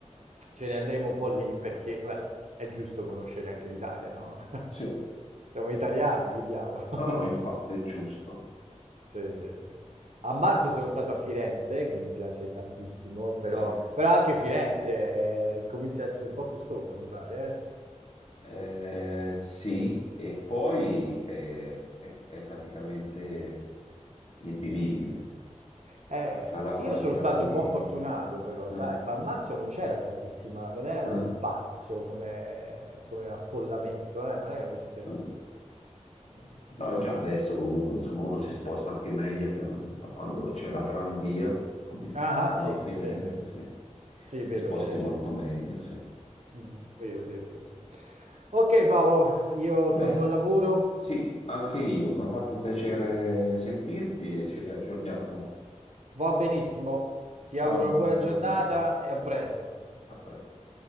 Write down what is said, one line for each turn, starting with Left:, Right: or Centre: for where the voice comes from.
Right: ce ne andremo un po' lì perché, beh, è giusto conoscere anche l'Italia, no? <laughs>
Left: sì.
Right: Siamo italiani, che diavolo.
Left: No, no, infatti
Right: <laughs>
Left: è giusto,
Right: Sì, sì, sì. A marzo sono stato a Firenze, che mi piace tantissimo, però,
Left: sì.
Right: però anche Firenze eh, comincia a essere un po' costosa, mi pare. eh.
Left: Eh, sì, e poi è, è- è praticamente invivibile
Right: Eh,
Left: dalla quantità
Right: io sono stato
Left: di...
Right: un po' fortunato, però,
Left: eh,
Right: sai, ma a marzo non c'era tantissima, non era
Left: eh,
Right: così pazzo come, come affollamento, eh, non era così terribile.
Left: eh.
Right: Mm.
Left: No, già adesso comunque insomma uno si sposta anche meglio che non- da quando c'è la tranvia, come
Right: Ah,
Left: si chiama
Right: ah, sì,
Left: a Firenze,
Right: sì, sì.
Left: sì.
Right: Sì, è vero,
Left: Ti sposti
Right: c'è, c'è
Left: molto
Right: qui.
Left: meglio, sì.
Right: Mm, vero, vero, vero. Ok, Paolo, io
Left: Beh,
Right: torno al lavoro.
Left: sì, anche io, mi ha fatto piacere sentirti e ci riaggiorniamo.
Right: Va benissimo, ti
Left: Ciao,
Right: auguro una
Left: buona
Right: buona
Left: giornata,
Right: giornata e a presto.
Left: a presto.